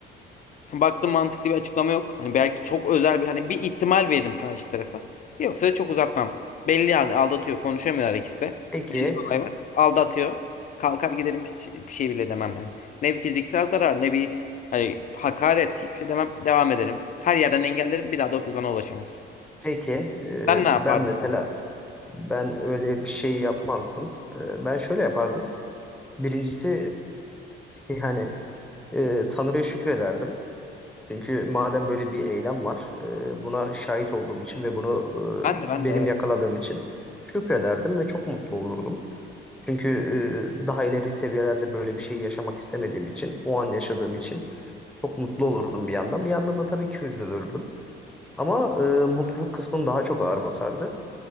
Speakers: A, on the left; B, in the centre.
A: Baktım mantıklı bir açıklama yok. Hani belki çok özel bir hani bir ihtimal veririm karşı tarafa. Yoksa da çok uzatmam. Belli yani aldatıyor. Konuşamıyorlar ikisi de.
B: Peki,
A: Belli bir olay var. Aldatıyor. Kalkar giderim hiç bir şey bile demem yani. Ne bir fiziksel zarar ne bir hani hakaret hiçbir şey demem. Devam ederim. Her yerden engellerim. Bir daha da o kız bana ulaşamaz.
B: peki e,
A: Sen ne
B: ben
A: yapardın
B: mesela
A: abi?
B: ben öyle bir şey yapmazdım. E, ben şöyle yapardım. Birincisi e, yani e, Tanrı'ya şükrederdim. Çünkü madem böyle bir eylem var, e, buna şahit olduğum için ve bunu
A: Ben
B: e,
A: de ben
B: benim
A: de evet.
B: yakaladığım için şükrederdim ve çok mutlu olurdum. Çünkü e, daha ileri seviyelerde böyle bir şey yaşamak istemediğim için, o an yaşadığım için çok mutlu olurdum bir yandan. Bir yandan da tabii ki üzülürdüm. Ama e, mutluluk kısmım daha çok ağır basardı.